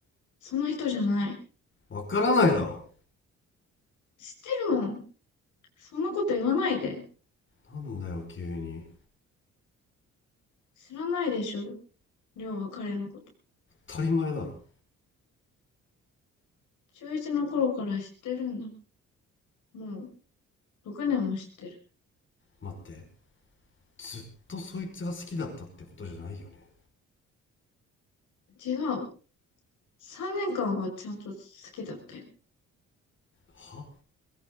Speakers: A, on the left (about 80°); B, on the left (about 40°).
A: その人じゃない。
B: わからないだろ。
A: 知ってるもん。そんなこと言わないで。
B: なんだよ急に。
A: 知らないでしょ。りょうは彼のこと。
B: 当たり前だろ。
A: 中一の頃から知ってるんだ。もう、6年も知ってる。
B: 待って。ずっとそいつが好きだったってことじゃないよね。
A: 違う。3年間はちゃんと好きだったよ。
B: は